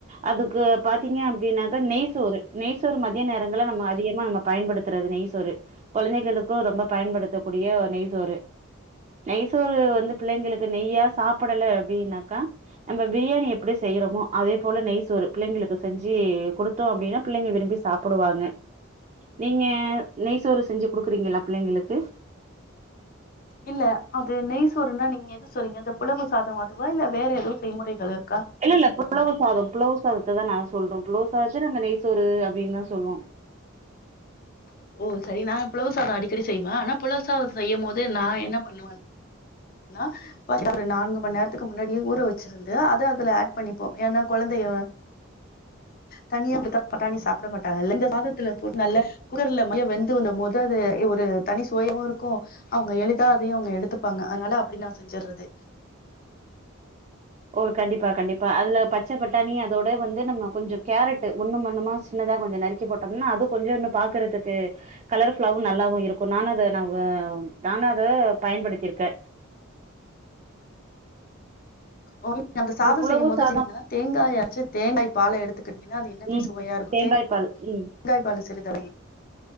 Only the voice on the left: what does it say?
இல்ல அது நெய்சோறுனா நீங்க எது சொறீங்க இந்த புலவு சாதோ அதுவா இல்ல வேற எதுவு செய்முறைகள் இருக்
ம் செரி நா புலவ் சாதோ அடிக்கடி செய்வ ஆனா புலவுசாதோ செய்யும்போது நா என்ன பண்ணுவனா நா பாத்ரனா நான்கு மண் நேரத்துக்கு முன்னாடியே ஊற வெச்சிருந்து அத அதுல ஆட் பண்ணிப்போ ஏனா கொழந்தய தனியா அப்டித்தா பட்டாணி சாப்ட மாட்டாங்கல்ல இந்த சாதத்ல போட்டு நல்லா குக்கர்ல மைய்ய வெந்து வந்த மோது அது ஒரு தனி சுவயாவுருக்கு அவுங்க எளிதா அதயு அவுங்க எடுத்துப்பாங்க அதனால அப்டி நா செஞ்சர்றது
ஒன் ங்க அந்த சாதோ
செய்யுமோது
<unintelligible> கன்னா தேங்காய வெச்சி தேங்காய் பால எடுத்துக்ட்டிங்ன்னா அது இன்னுமே
சுவயாருக்கு
தேங்
காய் பால சிறித